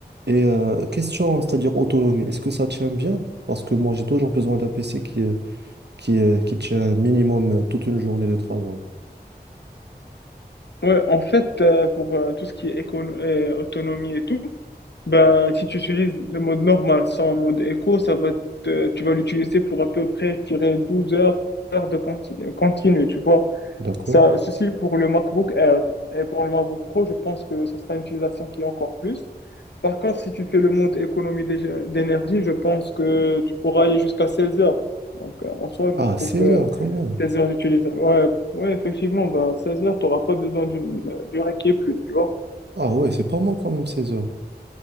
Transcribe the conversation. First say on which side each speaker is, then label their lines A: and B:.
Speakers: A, on the right (about 75°); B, on the left (about 85°).
A: Et euh, question, c'est-à-dire autonomie, est-ce que ça tient bien? Parce que moi, j'ai toujours besoin d'un PC qui, euh, qui, euh, qui tient minimum euh, toute une journée de travail.
B: Ouais, en fait, euh, pour euh, tout ce qui est écono- euh, autonomie et tout, ben, si tu utilises le mode normal sans mode éco, ça va te- tu vas l'utiliser pour à peu près, je dirais, 12 heures, heures de conti- continu, tu vois.
A: D'accord?
B: Ça, ceci pour le MacBook Air. Et pour le MacBook Pro, je pense que ça sera une utilisation qui est encore plus. Par contre, si tu fais le mode économie d'ég- d'énergie, je pense que tu pourras aller jusqu'à 16 heures. Donc, euh, en soi, je
A: Ah,
B: trouve
A: seize
B: euh,
A: heures quand même.
B: 16 heures d'utilisation. Ouais, ouais, effectivement, bah, 16 heures, t'auras pas besoin d'une euh, durée qui est plus, tu vois.
A: Ah ouais, c'est pas mal quand même 16 heures.